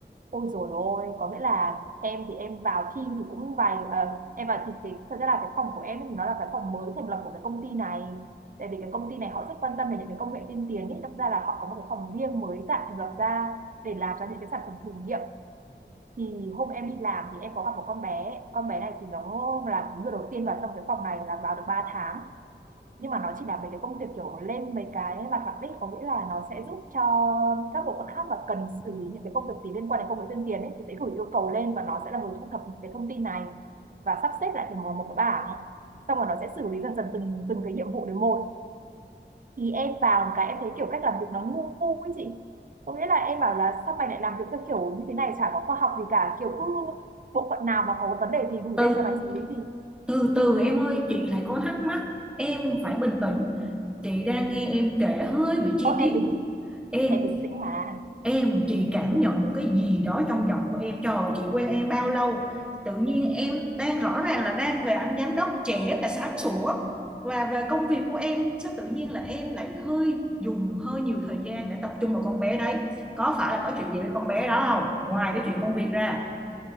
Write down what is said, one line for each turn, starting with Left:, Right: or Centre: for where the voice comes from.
Right: Ôi dồi ôi, có nghĩa là em thì em vào team thì cũng vài ờ, em vào thì cái thật ra là cái phòng của em ấy thì nó là cái phòng mới thành lập của cái công ty này. Tại vì cái công ty này họ rất quan tâm về những cái công nghệ tiên tiến ấy, đâm ra là họ có một cái phòng riêng mới tạo thành lập ra để làm ra những cái sản phẩm thử nghiệm. Thì hôm em đi làm thì em có gặp một con bé, con bé này thì nó là người đầu tiên vào trong cái phòng này là vào được ba tháng nhưng mà nó chỉ là mấy cái công việc kiểu lên mấy cái mặt mặt đích có nghĩa là nó sẽ giúp cho các bộ phận khác và cần xử lý những cái công việc gì liên quan đến công nghệ tuyên truyền ấy thì sẽ gửi yêu cầu lên và nó sẽ là người thu thập những cái thông tin này và sắp xếp lại thành một một cái bảng xong rồi nó sẽ xử lý dần dần từng từng cái nhiệm vụ đến một thì em vào một cái em thấy kiểu cách làm việc nó ngu ngu ấy chị có nghĩa là em bảo là sao mày lại làm việc theo kiểu như thế này chả có khoa học gì cả kiểu cứ bộ phận nào mà có vấn đề gì gửi
Centre: từ
Right: lên cho mày xử lý thì
Centre: từ từ em ơi chị lại có thắc mắc em phải bình tĩnh chị đang nghe em kể hơi bị chi
Right: ô
Centre: tiết
Right: em bình
Centre: em
Right: em bình tĩnh mà
Centre: Em, chị cảm nhận một cái gì đó trong giọng của em. Trời ơi, chị quen em bao lâu? Tự nhiên em đang rõ ràng là đang về anh giám đốc trẻ và sáng sủa. Và về công việc của em, sao tự nhiên là em lại hơi dùng hơi nhiều thời gian để tập trung vào con bé đấy. Có phải là có chuyện gì với con bé đó không? Ngoài cái chuyện công việc ra.